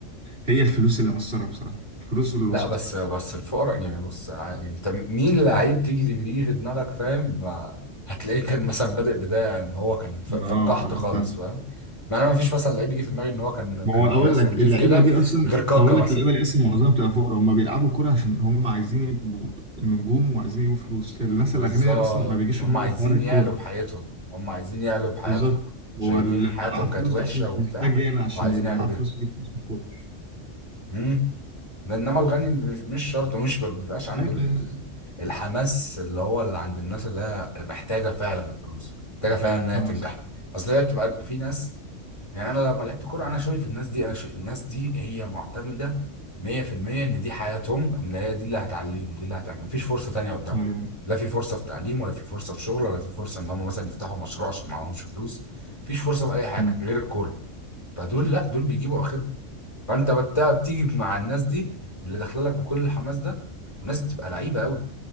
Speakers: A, on the right (about 50°); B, on the left (about 25°).
A: هي الفلوس اللي مقصرة بصراحة الفلوس والواسطة
B: لا بس بس الفقراء يعني بص يعني انت مين لعيب تيجي تيجي في دماغك فاهم ما- هتلاقيه كان مثلا بادئ بدايه ان هو كان في
A: اه
B: في القحط
A: اه
B: خالص فاهم ما انا ما فيش مثلا لعيب يجي في دماغي ان هو كان
A: ما
B: كان
A: هو
B: ابن
A: اقول
B: ناس
A: لك
B: ونضيف
A: اللعيبه
B: كده
A: دي اصلا
B: غير كاكا
A: اقول
B: مثلا
A: لك اللعيبه دي اصلا معظمها بتبقى فقراء هم بيلعبوا كوره عشان هم عايزين يبقوا نجوم وعايزين يجيبوا فلوس الناس
B: بالظبط
A: الاغنياء اصلا ما بيجيش في
B: هم
A: دماغهم
B: عايزين
A: حوار الكوره
B: يعلوا بحياتهم هم عايزين يعلوا بحياتهم
A: بالظبط
B: شايفين
A: هو اللي
B: حياتهم
A: معاه فلوس
B: كانت وحشة
A: ده اصلا مش
B: وبتاع
A: محتاج يقلق عشان
B: وعايزين
A: يبقى
B: يعلوا
A: معاه
B: بيها
A: فلوس يجيب فلوس من الكوره
B: امم انما الغني مش مش شرط ومش ما بيبقاش عنده
A: ايوه
B: ال- ال- الحماس اللي هو اللي عند الناس اللي هي محتاجة فعلا الفلوس محتاجة
A: أيوة،
B: فعلا انها
A: فاهم
B: تنجح
A: قصدك
B: اصل هي بتبقى في ناس يعني انا لما لعبت كوره انا شايف الناس دي انا شايف الناس دي هي معتمده 100% ان دي حياتهم اللي هي دي اللي هتعليهم دي اللي هتعمل مفيش فرصه تانية قدامهم
A: أيوة.
B: لا في فرصه في تعليم ولا في فرصه في شغل ولا في فرصه ان هم مثلا يفتحوا مشروع عشان معاهمش فلوس مفيش فرصه في اي حاجه
A: أمم.
B: غير الكوره فدول لا دول بيجيبوا اخرهم فانت بت- بتيجي مع الناس دي اللي داخله لك بكل الحماس ده والناس بتبقى لعيبه قوي